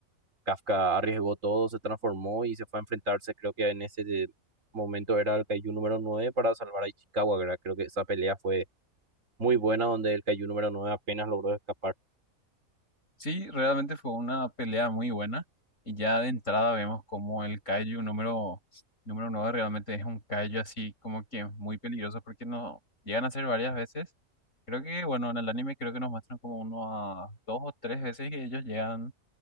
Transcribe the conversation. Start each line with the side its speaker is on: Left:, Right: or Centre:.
Right: Kafka arriesgó todo, se transformó y se fue a enfrentarse, creo que en ese de- momento era el Kaiju número nueve para salvar a Ichikawa, ¿verdad? Creo que esa pelea fue muy buena donde el Kaiju número nueve apenas logró escapar.
Left: Sí, realmente fue una pelea muy buena y ya de entrada vemos como el Kaiju número, número 9 realmente es un Kaiju así como que muy peligroso porque no llegan a ser varias veces. Creo que, bueno, en el anime creo que nos muestran como uno a dos o tres veces que ellos llegan,